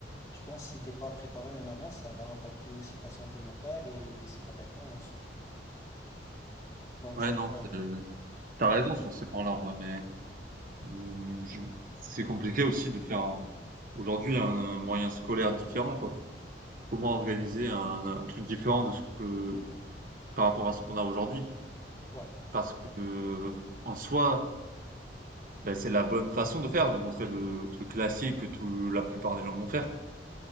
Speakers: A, on the left; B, on the right.
A: je pense que si t'es pas préparé en avance, ça va impacter aussi ta santé mentale et baisser ta performance. Donc,
B: Ouais,
A: je-
B: non,
A: ouais,
B: c'est tu raison sur ces points-là, en vrai, mais, mmh, je c'est compliqué aussi de faire un aujourd'hui un euh, moyen scolaire différent, quoi. Comment organiser un un truc différent de ce que par rapport à ce qu'on a aujourd'hui?
A: ouais,
B: Parce que, euh, en soi, bah, c'est la bonne façon de faire, de montrer le truc classique que tout la plupart des gens vont faire,